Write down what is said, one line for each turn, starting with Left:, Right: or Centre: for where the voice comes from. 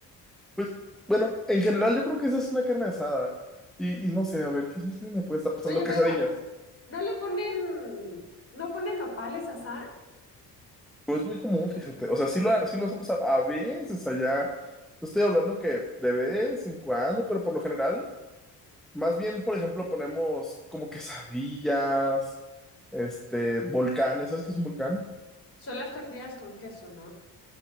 Centre: Pues, bueno, en general yo creo que esa es una carne asada. Y, y no sé, a ver, ¿qué, es- qué me puede estar pasando?
Left: Oye,
Centre: Quesadillas.
Left: pero no, no le ponen, no ponen nopales a asar.
Centre: No es muy común, fíjate. O sea, sí lo, ha- sí lo hacemos a, a veces allá. No Estoy hablando que de vez en cuando, pero por lo general Más bien, por ejemplo, ponemos como quesadillas, este, volcanes. ¿Sabes qué es un volcán?
Left: Son las tortillas con queso, ¿no?